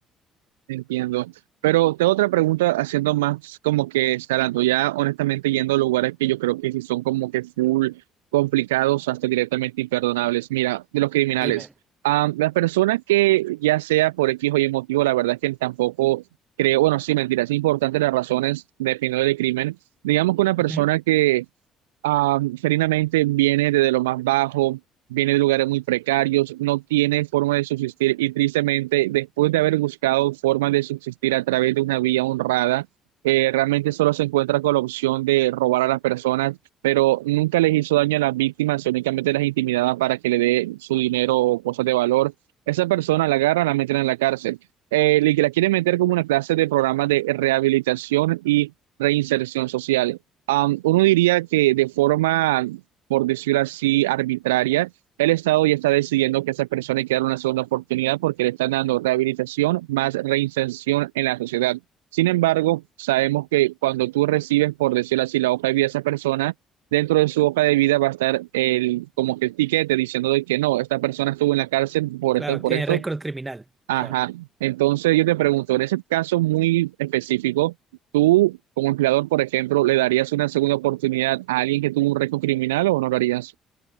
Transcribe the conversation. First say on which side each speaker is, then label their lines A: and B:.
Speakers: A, on the right; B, on the right.
A: Entiendo. Pero te otra pregunta haciendo más como que escalando, ya honestamente yendo a lugares que yo creo que sí son como que full complicados hasta directamente imperdonables. Mira, de los criminales,
B: Dime.
A: am, las personas que ya sea por X o Y motivo, la verdad es que tampoco creo, bueno, sí, mentira, es importante las razones dependiendo del crimen. Digamos que una persona
B: Ujú.
A: que ah, Ferinamente viene desde lo más bajo, viene de lugares muy precarios, no tiene forma de subsistir y tristemente, después de haber buscado forma de subsistir a través de una vía honrada, eh, realmente solo se encuentra con la opción de robar a las personas, pero nunca les hizo daño a las víctimas, únicamente las intimidaba para que le dé su dinero o cosas de valor. Esa persona la agarra, la meten en la cárcel. Eh, y que la quieren meter como una clase de programa de rehabilitación y reinserción social. Am, uno diría que de forma, por decirlo así, arbitraria, el Estado ya está decidiendo que a esas personas hay que dar una segunda oportunidad porque le están dando rehabilitación más reinserción en la sociedad. Sin embargo, sabemos que cuando tú recibes, por decirlo así, la hoja de vida de esa persona, dentro de su hoja de vida va a estar el, como que el tiquete diciendo de que no, esta persona estuvo en la cárcel por
B: Claro,
A: esto, por
B: tiene
A: esto,
B: récord criminal.
A: Ajá.
B: Ajá.
A: Entonces yo te pregunto, en ese caso muy específico, tú como empleador, por ejemplo, ¿le darías una segunda oportunidad a alguien que tuvo un récord criminal o no lo harías?